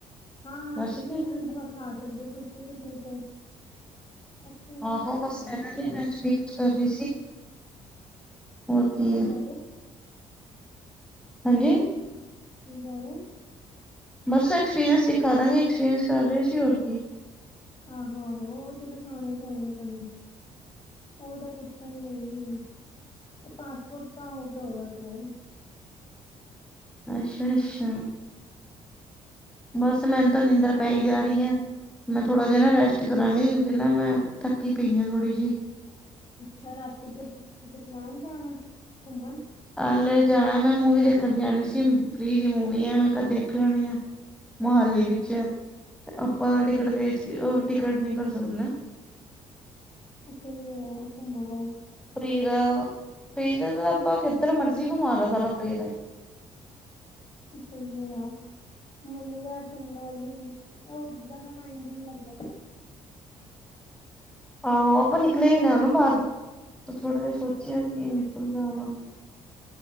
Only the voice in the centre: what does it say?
ਬਸ
ਫਿਰ
ਆਹੋ
ਬਸ ਕਹਿ
ਦਾਂਗੀ ਕਿ
ਮੈਂ ਐਕਸਪੀਰੀਅਂਸ ਕਰ ਰਹੀ ਸੀ ਹੋਰ ਕੀ ਹੈ
ਹਾਂਜੀ।
ਬਸ ਐਕਸਪੀਰੀਅੰਸ ਦਿਖਾ ਦਾਂਗੇ ਐਕਸਪੀਰੀਅੰਸ ਕਰ ਰਹੇ ਸੀ ਹੋਰ ਕੀ।
ਅੱਛਾ ਅੱਛਾ ਬਸ ਮੈਨੂੰ ਤਾਂ ਨੀਂਦਰ ਪਾਈ ਜਾ ਰਹੀ ਹਾਂ ਮੈਂ ਥੋੜ੍ਹਾ ਜਿਹਾ ਨਾ ਰੈਸਟ ਕਰਾਂਗੀ ਕਿਉਂਕਿ ਨਾ ਮੈਂ ਥੱਕੀ ਪਈ ਹਾਂ ਥੋੜ੍ਹੀ ਜਿਹੀ।
ਹਾਲੇ ਜਾਣਾ ਮੈਂ ਮੂਵੀ ਦੇਖਣ ਜਾਣੀ ਸੀ ਫ੍ਰਰੀ ਦੀ ਮੂਵੀ ਆ ਮੈਂ ਕਦੇ ਕਿਹੜੀ ਆ? ਮੋਹਾਲੀ ਵਿੱਚ। ਆਪਾਂ ਟਿਕਟ ਵੇਚ ਟਿਕਟ ਨ ਕਰ ਸਕਦੇ ਨਾ
ਫਰੀ ਦਾ ਫਰੀ ਦਾ ਤਾਂ ਆਪਾਂ ਕਿੱਧਰ ਮਰਜ਼ੀ ਘੁਮਾ ਲਓ ਸਾਨੂੰ ਫਰੀ ਦਾ ਈ।
ਆਹੋ ਆਪਾਂ ਨਿਕਲੇ ਵੀ ਨੇ ਨਾ ਬਾਹਰ ਤੇ
ਥੋੜੇ ਦੇ ਸੋਚਿਆ ਕਿ ਨਿਕਲ ਜਾ ਵਾ